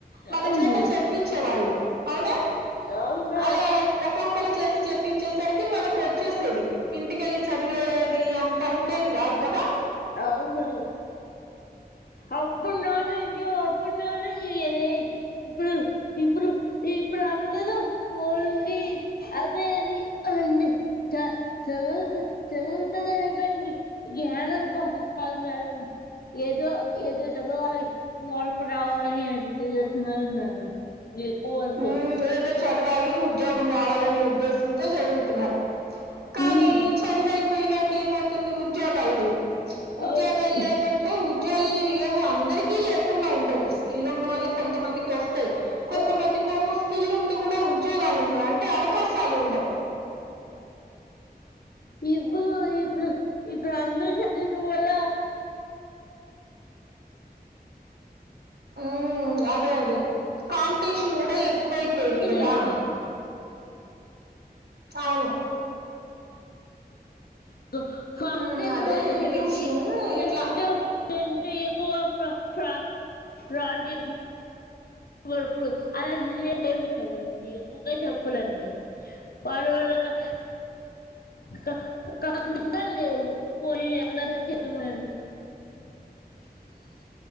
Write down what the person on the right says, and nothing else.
మన
చేత
చెప్పిచేవాళ్ళు అవునా
అలా ఒక్కొక్కళ చేత చెప్పించే మనకు వచ్చేసేది ఇంటికెళ్ళి చదివేది అంత ఉండేది కాదు కదా.
ఉమ్, ఏదో చదవాలి ఉద్యోగం రావాలనే ఉద్దేశంతో చదువుతున్నారు. కానీ
చదువైపోయినాక ఏమవుతుంది ఉద్యోగాలు లేవు ఉద్యోగాలు
లేవంటే ఉద్యోగాలు ఏవు అందరికీ లేకుండా ఉండవు స్కిల్ ఉన్న వాళ్ళకి కొంతమందికి వస్తుంది. వాయి కొంతమంది
స్కిల్ ఉండి కూడా ఉద్యోగాలు ఉండంటడి అట్టే అవకాశాలుండవు.
ఉ అదే అదే కా టేషన్ కూడా ఎక్కువ అయిపోయింది కదా
అవును
ఉమ్ అదే ఎడ్యుకేషను ఇట్లా